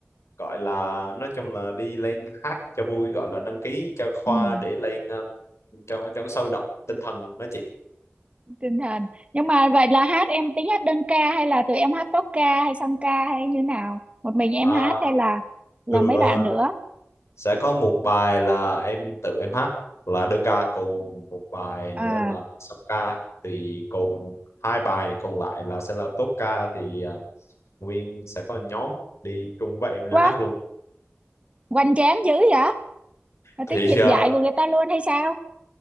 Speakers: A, on the left (about 85°); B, on the right (about 25°).
A: gọi là nói chung là đi lên hát cho vui gọi là đăng ký cho khoa
B: ừ
A: để lên ờ, cho cho nó sôi động tinh thần đó chị
B: tinh thần nhưng mà vậy là hát em tính hát đơn ca hay là tụi em hát tốp ca hay song ca hay như nào một mình em
A: Ờ,
B: hát hay là là
A: từ
B: mấy
A: ờ,
B: bạn nữa
A: sẽ có một bài là em tự em hát là đơn ca còn một bài nữa
B: à
A: là song ca thì còn hai bài còn lại là sẽ là tốp ca thì à, Nguyên sẽ có nhóm đi chung với em lên
B: quá
A: hát luôn
B: hoành tráng dữ vậy mà
A: thì
B: tính dịch
A: ờ,
B: dạy của người ta luôn hay sao